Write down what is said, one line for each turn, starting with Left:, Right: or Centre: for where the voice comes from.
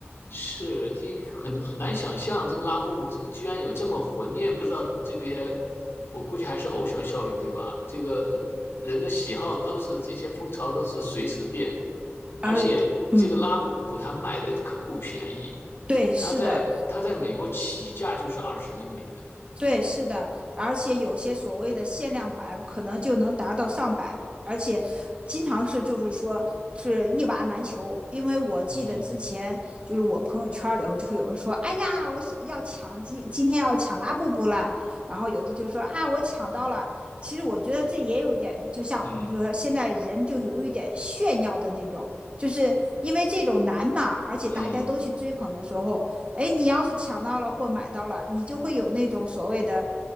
Left: 是，这很很难想象，这个拉布布这居然有这么火，你也不知道这个，我估计还是偶像效应，对吧？这个人的喜好都是这些风潮都是随时变，而且这个拉布布它卖的可不便宜，
Right: 而嗯，对，是的，
Left: 它在它在美国起价就是二十一美元。
Right: 对，是的，而且有些所谓的限量版可能就能达到上百，而且经常是就是说是一娃难求。因为我记得之前就是我朋友圈里头就会有人说：
Left: 嗯
Right: “哎呀，我是要抢今今天要抢拉布布了。”然后有的就说：“啊，我抢到了。”其实我觉得这也有点，就像我们就说现在人就有一点炫耀的那种，
Left: 嗯
Right: 就是因为这种难嘛，而且大家都去追捧的时候，
Left: 嗯
Right: 哎，你要是抢到了或买到了，你就会有那种所谓的